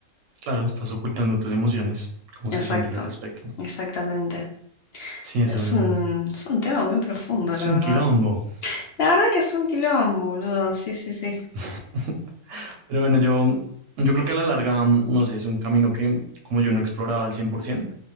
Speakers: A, on the right; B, on the left.
A: Claro, estás ocultando tus emociones, cómo te
B: Exacto,
A: sientes al respecto.
B: exactamente.
A: Sí, es
B: Es
A: un,
B: un, es un tema muy profundo,
A: es
B: la
A: un
B: verdad.
A: quilombo.
B: La verdad que es un quilombo, boludo. Sí, sí, sí.
A: <laughs> Pero bueno, yo, yo creo que a la larga, mm, no sé, es un camino que como yo no he explorado al 100%,